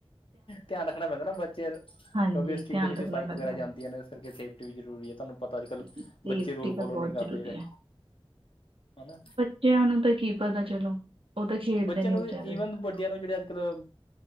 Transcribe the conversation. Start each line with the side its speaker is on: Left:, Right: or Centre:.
Left: ਧਿਆਨ ਰੱਖਣਾ ਪੈਂਦਾ, ਨਾ ਬੱਚੇ
Right: ਹਾਂਜੀ
Left: ਕਿਉਂਕਿ, ਸਪੀਡ
Right: ਧਿਆਨ
Left: ਵਿੱਚ
Right: ਰੱਖਣਾ
Left: ਬਾਈਕ
Right: ਪੈਂਦਾ
Left: ਵਗੈਰਾ ਜਾਂਦੀਆਂ
Right: ਹੈ।
Left: ਨੇ ਇਸ ਕਰਕੇ ਫਿਰ ਏ ਵੀ ਜ਼ਰੂਰੀ ਹੈ, ਤੁਹਾਨੂੰ ਪਤਾ ਅੱਜ -ਕੱਲ
Right: ਸੇਫਟੀ
Left: ਬੱਚੇ ਰੂਲ
Right: ਤਾਂ
Left: ਫੋਲੋ,
Right: ਬਹੁਤ
Left: ਨਹੀਂ ਕਰਦੇ
Right: ਜ਼ਰੂਰੀ
Left: ਜਿਹੜੇ
Right: ਹੈ
Left: ਹਨਾਂ?
Right: ਬੱਚਿਆਂ ਨੂੰ ਤਾਂ, ਕੀ ਪਤਾ ਚਲੋ ਉਹ ਤਾਂ ਖੇਡਦੇ
Left: ਬੱਚਿਆਂ
Right: ਨੇ
Left: ਨੂੰ
Right: ਵਿਚਾਰੇ
Left: ਈਵਨ, ਵੱਡਿਆਂ ਨੂੰ ਜਿਹੜੇ ਅੱਜ ਕੱਲ,